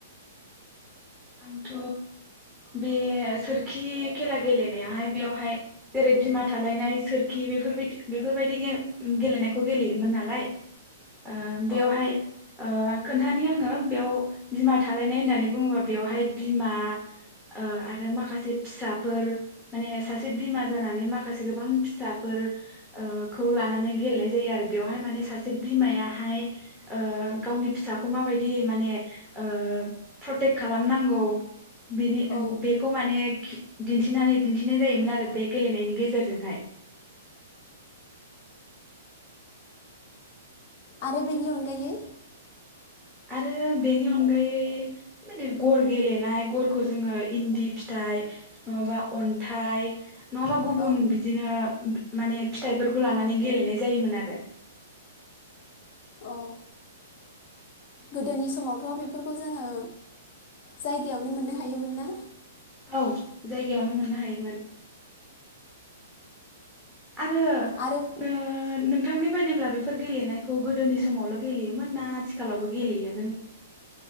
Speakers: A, in the centre; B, on the left (about 40°).
A: आंथ बे सोरखि खेला गेलेनायावाहाय बेवहाय जेरै बिमा थालायनाय सोरखि बेफोरबायदि बेफोरबायदि गे-गेलेनायखौ गेलेयोमोन नालाय ओ बेयावहाय
B: औ
A: ओ खोन्थानि आंङो बेयाव बिमा थालायनाय होननानै
B: दे
A: बुंङोबा बेवहाय बिमा ओ आरो माखासे फिसाफोर माने सासे बिमा जानानै माखासे गोबां फिसाफोर ओ खौ लानानै गेलेनाय जायो आरो बेवहाय माने सासे बिमायाहाय ओ गावनि फिसाखौ माबायदि माने ओ प्रटेक्ट खालामनांगौ बिनि
B: औ
A: बेखौ माने खि दिन्थिनानै दिन्थिनाय जायोमोन आरो बे गेलेनायनि गेजेरजोंहाय।
B: आरो बेनि अनगायै
A: आरो बेनि अनगायै बिदो गर गेलेनाय गर खौ जोंङो इन्दि फिथाइ नङाबा अन्थाइ नङाबा गुबुन
B: औ
A: बिदिनो माने फिथाइफोरखौ लानानै गेलेनाय जायोमोन आरो
B: अ गोदोनि समावथ बेफोरखौ जोङो जायगायावनो मोननो हायोमोन ना?
A: औ जायगायावनो मोननो हायोमोन। आरो
B: आरो
A: नों नोंथांनि बायदिब्ला बेफोर गेलेनायखौ गोदोनि समावल गेलेयोमोन ना आथिखालावबो गेलेयो नों